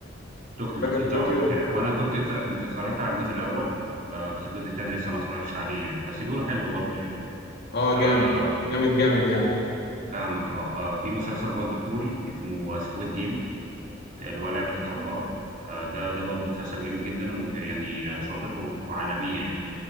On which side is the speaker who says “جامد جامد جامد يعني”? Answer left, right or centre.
Left